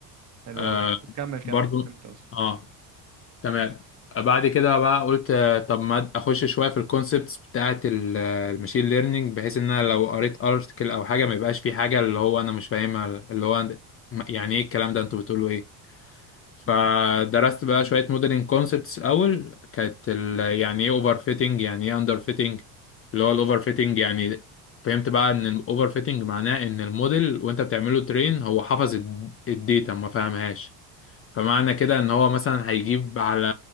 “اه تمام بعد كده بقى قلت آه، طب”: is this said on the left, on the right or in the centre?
Left